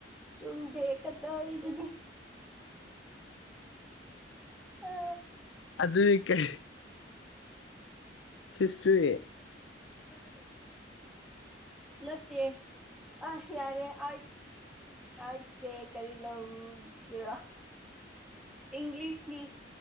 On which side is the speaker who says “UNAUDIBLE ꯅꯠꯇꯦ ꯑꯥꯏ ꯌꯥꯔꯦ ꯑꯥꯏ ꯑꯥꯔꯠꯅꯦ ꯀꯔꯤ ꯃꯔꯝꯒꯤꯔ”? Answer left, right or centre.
Centre